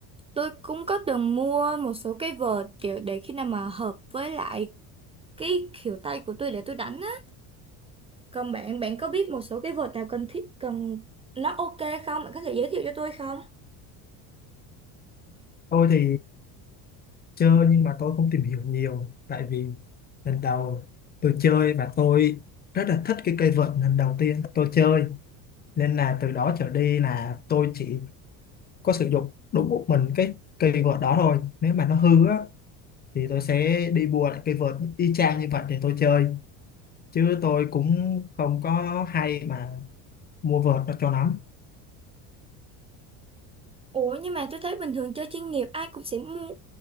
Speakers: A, on the right; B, on the left.
A: tôi cũng có từng mua một số cái vợt kiểu để khi nào mà hợp với lại cái kiểu tay của tôi để tôi đánh á còn bạn bạn có biết một số cái vợt nào cần thiết cần nó ok không bạn có thể giới thiệu cho tôi không
B: tôi thì chưa nhưng mà tôi không tìm hiểu nhiều tại vì lần đầu tôi chơi và tôi rất là thích cái cây vợt lần đầu tiên tôi chơi nên là từ đó trở đi là tôi chỉ có sử dụng đúng một mình cái cây vợt đó thôi nếu mà nó hư á thì tôi sẽ đi mua lại cây vợt y chang như vậy để tôi chơi chứ tôi cũng không có hay mà mua vợt nó cho lắm
A: Ủa nhưng mà tôi thấy bình thường chơi chuyên nghiệp ai cũng sẽ mua